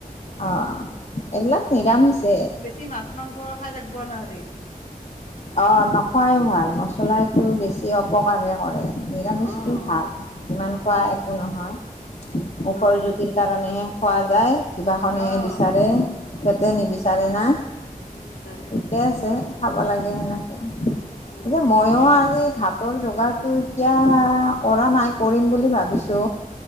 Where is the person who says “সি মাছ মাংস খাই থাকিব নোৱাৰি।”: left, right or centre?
Left